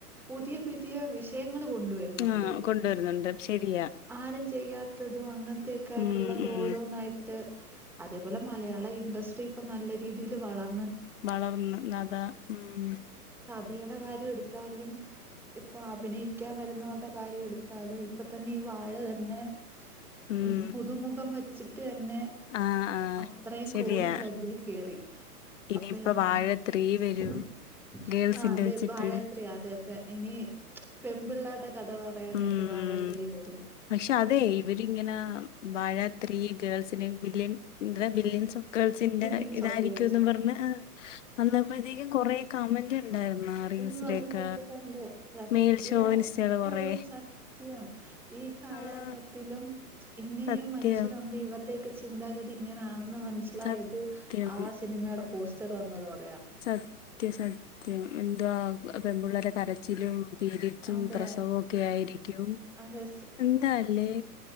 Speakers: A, in the centre; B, on the left.
A: പുതിയ പുതിയ വിഷയങ്ങൾ കൊണ്ടുവരുന്നുണ്ട്
B: ആഹ് കൊണ്ടുവരുന്നുണ്ട് ശരിയാ
A: ആരും ചെയ്യാത്തതും അങ്ങനത്തേക്കെ ആയിട്ടുള്ളത്
B: ഉം ഉം
A: ഓരോന്നായിട്ട് അതേപോ മലയാള ഇൻഡസ്ട്രി ഇപ്പ നല്ല രീതിയിൽ വളർ
B: വളർന്ന് നദ ഉം
A: <unintelligible> കാര്യം എടുത്താലും ഇപ്പൊ അഭിനയിക്കാൻ വരുന്നവരുടെ കാര്യം എടുത്താലും ഇപ്പൊ തന്നെയും വാഴ തന്നെ <unintelligible>
B: ഉം
A: പുതുമുഖം <unintelligible> <unintelligible>
B: ആഹ് ആഹ്
A: അത്രയും
B: ശരിയാ
A: കോടി ക്ലബ്ബില് കേറി <unintelligible>
B: ഇനിയിപ്പ വാഴ ത്രീ വരും
A: <unintelligible>
B: ഗേൾസിന്റെ
A: ആഹ് അതെ
B: വെച്ചിട്ട്
A: വാഴ ത്രീ അതെ ഇനി പെമ്പിള്ളേരുടെ കഥ പറയാനായിട്ട്
B: ഉം
A: വാഴ
B: ഉം
A: ത്രീ വരും
B: പക്ഷെ അതെ ഇവരിങ്ങനാ വാഴ ത്രീ ഗേൾസിന് മില്യൻ എന്തരാ ബില്യൻസ് ഓഫ് ഗേൾസിന്റെ
A: ബില്ലിങ്സ്
B: ഇതായിരിക്കുംന്ന്
A: ഓഫ് ഗേൾസ്
B: പറഞ്ഞ് ഏഹ് വന്നപ്പൊഴത്തേക്കും കൊറെ- കമന്റ് ഉണ്ടായിരുന്ന റീൽസിലെക്ക
A: ഉയ്യോ അത് കണ്ട് കണ്ട് സത്യല്ല
B: മെയിൽ ഷോവനിസ്റ്റ്കള്
A: ഇപ്പോഴും
B: കൊറേ
A: സത്യം ഈ കാലഘട്ടത്തിലും
B: ആഹ്
A: ഇങ്ങനെയും
B: സത്യം
A: മനുഷ്യരുണ്ട് ഇവരുടെക്കെ ചിന്താഗതി ഇങ്ങനാണ് ന്നും മനസ്സിലായത്
B: സത്യം
A: ആ സിനിമയുടെ പോസ്‌ ച്ചർ വന്നതോ <unintelligible>
B: സത്യ സത്യം - സത്യം എന്തുവാ പെമ്പുള്ളരെ കരച്ചിലും പീരീഡ്‌സ്
A: അതെ
B: പ്രസവൊക്കെ ആയിരിക്കും
A: അതെ
B: എന്താല്ലേ